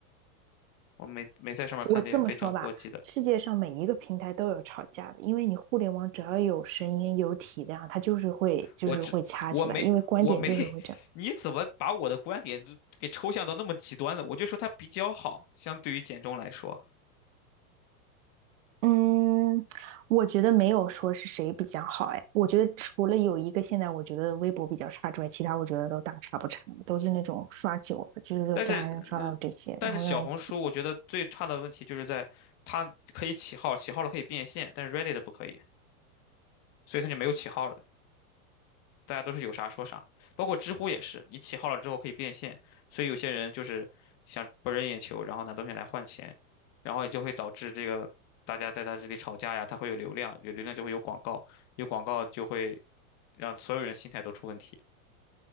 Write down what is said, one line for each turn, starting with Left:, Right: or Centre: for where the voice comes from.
Left: 我没没在上面看见非常过激的，
Right: 我这么说吧，世界上每一个平台都有吵架的，因为你互联网只要有声音、有体量，它就是会就是会掐起来，
Left: 我只我没我没，
Right: 因为观点就是会这样。
Left: <laughs> 你怎么把我的观点就给抽象到那么极端了？我就说它比较好，相对于简中来说，
Right: 嗯，我觉得没有说是谁比较好，哎，我觉得除了有一个现在我觉得微博比较差之外，其他我觉得都大差不差，都是那种刷久了，就是说都还能刷到这些，
Left: 但是呃但是小红书我觉得最差的问题就是在它可以起号，
Right: 然后让人
Left: 起号了可以变现，但是 Reddit 不可以，所以它就没有起号了。大家都是有啥说啥，包括知乎也是，你起号了之后可以变现，所以有些人就是想博人眼球，然后拿东西来换钱，然后也就会导致这个大家在他这里吵架呀，他会有流量，有流量就会有广告，有广告就会让所有人心态都出问题。